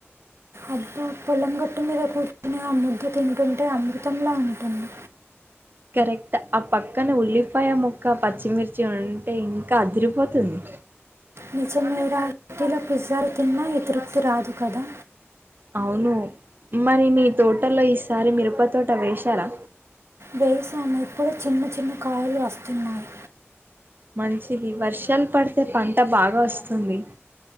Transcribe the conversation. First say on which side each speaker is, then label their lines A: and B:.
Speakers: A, on the right; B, on the right.
A: అబ్బ పొలం గట్టు మీద కూర్చుని ఆ ముద్ద తింటుంటే, అమృతంలా ఉంటుంది.
B: కరెక్ట్ ఆ పక్కన ఉల్లిపాయ ముక్క పచ్చిమిర్చి ఉంటే, ఇంకా అదిరిపోతుంది.
A: నిజమే రా లో పిజ్జాలు తిన్నా ఇతృప్తి రాదు కదా
B: అవును మరి మీ తోటలో ఈసారి మిరప తోట వేశారా
A: వేసాము ఇప్పుడే చిన్న చిన్న కాయలు వస్తున్నాయి
B: మంచిది వర్షాలు పడితే పంట బాగా వస్తుంది